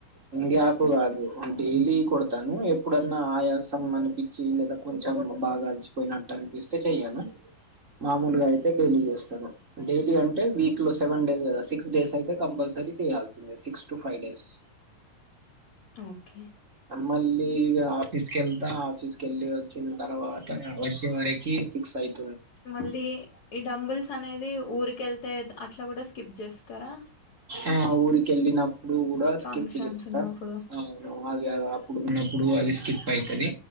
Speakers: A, on the right (about 25°); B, on the left (about 55°).
A: ఏం గ్యాప్ అది డైలీ కొడతా ాను ఎప్పుడన్నా ఆయా అనిపించి లేదా కొంచెం బాగా అలసి నట్టు అనిపిస్తే చెయ్యను, మామూలుగా అయితే అ డైలీ చేస్తాను డైలీ అంటే వీక్ లో సెవెన్ డేస్ కదా సిక్స్ డేస్ అయితే కంపల్సరీ చేయాల్సిందే six to five days
B: okay
A: మళ్ళీ ఇగ ఆఫీస్ కెల్టా ఆఫీస్కెళ్ళి వచ్చిన తర్వాత వచ్చ కే సిక్స్ ఐదే
B: మళ్ళీ ఈ డంబుల్స్ అనేది ఊరిక వెళ్తే అట్లా కూడా స్కిప్ చేస్తారా
A: ఆ ఊరిక వెళ్ళినప్పుడు కూడా
B: ఫంక్షన్స్
A: స్కిప్ చేస్తా
B: ఉన్నప్పుడు
A: అవును అదే ఇప్పుడు ఉన్నప్పుడు అవి స్కిప్ అవుతది